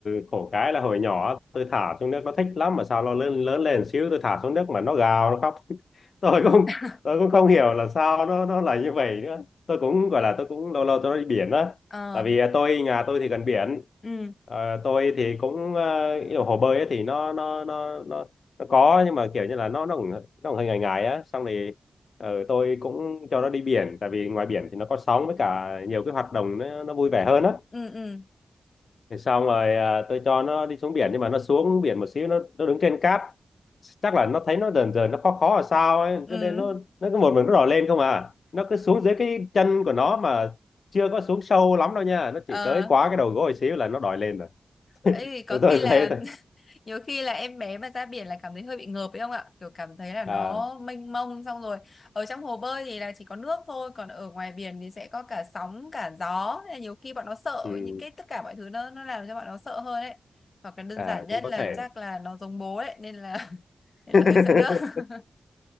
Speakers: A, on the left (about 65°); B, on the left (about 50°).
A: khổ cái là hồi nhỏ tôi thả xuống nước nó thích lắm mà sao nó lớn lớn lên xíu tôi thả xuống nước mà nó gào nó khóc <laughs> tôi cũng
B: <laughs>
A: tôi cũng không hiểu là sao nó nó là như vậy nữa tôi cũng gọi là tôi cũng lâu lâu tôi đi biển á
B: ờ
A: tại vì à, tôi nhà tôi thì gần biển
B: ừ
A: Ờ, tôi thì cũng ờ, ý là hồ bơi ấy thì nó nó nó nó nó có nhưng mà kiểu như là nó nó cũng, nó cũng hơi ngại ngại á xong thì ờ, tôi cũng cho nó đi biển tại vì ngoài biển thì nó có sóng với cả nhiều cái hoạt động nó nó vui vẻ hơn á
B: ừ ừ
A: thì xong rồi à, tôi cho nó đi xuống biển nhưng mà nó xuống biển một xíu nó nó đứng trên cát chắc là nó thấy nó dần dần nó khó khó là sao ấy
B: ừ
A: cho nên nó nó cứ một mình nó đỏ lên không à nó cứ xuống dưới cái chân của nó mà chưa có xuống sâu lắm đâu nha nó
B: ờ
A: chỉ tới quá cái đầu gối xíu là nó đòi lên rồi
B: ấy có
A: Rồi
B: khi
A: tôi
B: là
A: thấy thôi
B: <laughs> nhiều khi là em bé mà ra biển là cảm thấy hơi bị ngợp ấy không ạ kiểu cảm thấy là nó
A: à
B: mênh mông xong rồi ở trong hồ bơi thì là chỉ có nước thôi còn ở ngoài biển thì sẽ có cả sóng cả gió Nên là nhiều khi bọn nó sợ
A: ừ,
B: những cái tất cả mọi thứ nó nó làm cho bọn nó sợ hơn ấy hoặc là đơn
A: à
B: giản nhất
A: cũng có
B: là
A: thể
B: chắc là nó giống bố ấy nên là <laughs> nên
A: <laughs>
B: là hơi sợ nước <laughs>